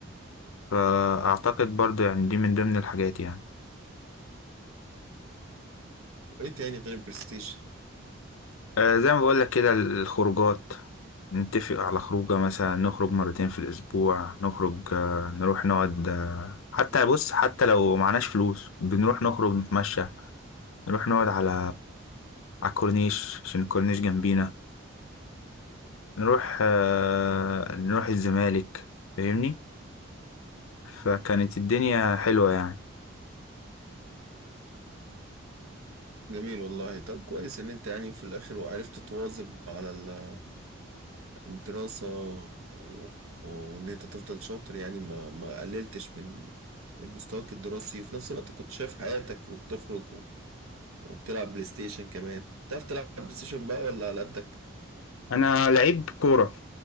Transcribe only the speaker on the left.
فاعتقد برضو يعني دي من ضمن الحاجات يعني
آه زي ما بقول لك كده الخروجات نتفق على خروجه مثلا نخرج مرتين في الاسبوع نخرج آه نروح نقعد آه حتى بص حتى لو معناش فلوس بنروح نخرج نتمشى نروح نقعد على على الكورنيش عشان الكورنيش جنبينا نروح آه، نروح الزمالك فاهمني فكانت الدنيا حلوة يعني
انا لعيب كورة